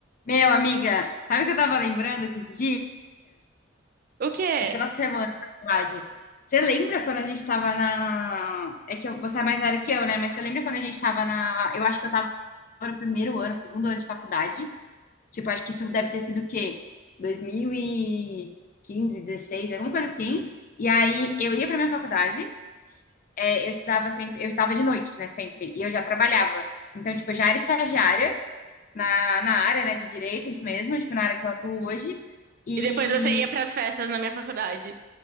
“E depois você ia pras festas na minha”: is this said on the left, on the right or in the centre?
Right